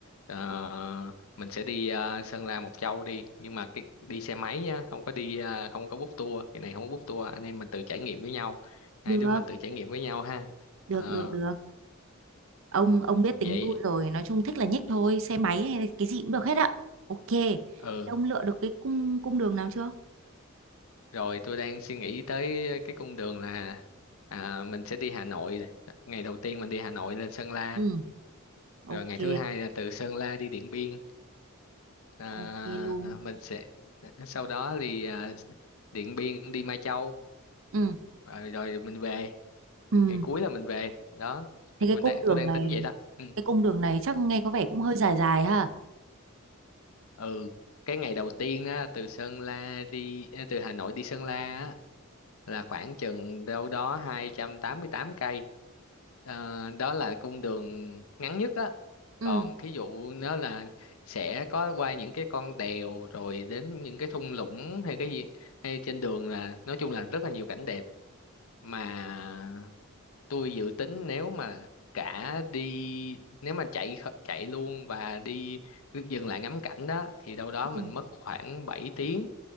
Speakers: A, on the left; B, on the right.
A: Ờ, mình sẽ đi ờ, Sơn La Mộc Châu đi nhưng mà cái đi xe máy nhá không có đi ờ, không có book tour cái này không có book tour anh em mình tự trải nghiệm với nhau hai
B: Được,
A: đứa mình tự trải nghiệm với nhau ha
B: được,
A: Ờ,
B: được, được. Ông ông biết tính
A: vậy
B: tôi rồi, nói chung thích là nhích thôi, xe máy hay là cái gì cũng được hết ạ. Ok. Thế
A: ừ
B: Ông lựa được cái cung cung đường nào chưa?
A: rồi tôi đang suy nghĩ tới cái cung đường là à, mình sẽ đi Hà Nội ngày đầu tiên mình đi Hà Nội lên Sơn La
B: Ừ, ok,
A: rồi ngày thứ hai là từ Sơn La đi Điện Biên à,
B: ok luôn.
A: mình sẽ sau đó thì à, Điện Biên đi Mai Châu
B: Ừ,
A: rồi, rồi mình về
B: ừ.
A: ngày cuối là mình về đó mình
B: Thế cái cung
A: đang
B: đường
A: tôi đang
B: này,
A: tính vậy đó ừ.
B: cái cung đường này chắc nghe có vẻ cũng hơi dài dài ha.
A: ừ cái ngày đầu tiên á từ Sơn La đi à, từ Hà Nội đi Sơn La á là khoảng chừng đâu đó 288 cây Ờ, đó là cung đường ngắn nhất á
B: Ừ.
A: còn thí dụ nó là sẽ có qua những cái con đèo rồi đến những cái thung lũng hay cái gì hay trên đường là nói chung là rất là nhiều cảnh đẹp mà tôi dự tính nếu mà cả đi nếu mà chạy kh- chạy luôn và đi dừng lại ngắm cảnh đó thì đâu đó
B: Ừ.
A: mình mất khoảng bảy tiếng